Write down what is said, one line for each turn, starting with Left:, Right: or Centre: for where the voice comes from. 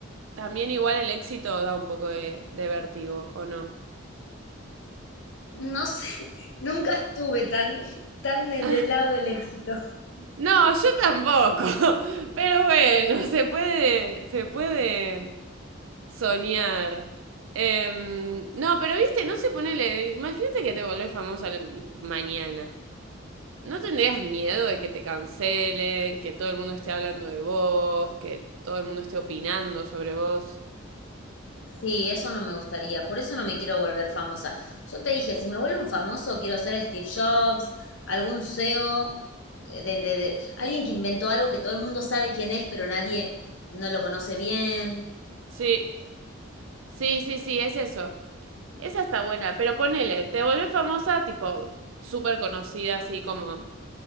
Right: también igual el éxito da un poco de, de vértigo, ¿o no?
Left: No sé, <laughs> nunca estuve tan, tan del
Right: <laughs>
Left: del lado del éxito.
Right: No, yo tampoco. <laughs> Pero bueno, se puede, se puede soñar. Em, no, pero viste, no se ponele. Imagínate que te volvés famosa mañana. ¿No tendrías miedo de que te cancelen, que todo el mundo esté hablando de vos, que todo el mundo esté opinando sobre vos?
Left: Sí, eso no me gustaría, por eso no me quiero volver famosa. Yo te dije, si me vuelvo un famoso, quiero ser Steve Jobs, algún CEO, de, de, de- alguien que inventó algo que todo el mundo sabe quién es, pero nadie no lo conoce bien.
Right: Sí, sí, sí, sí, es eso. Esa está buena, pero ponele, te volvés famosa, tipo, súper conocida, así como,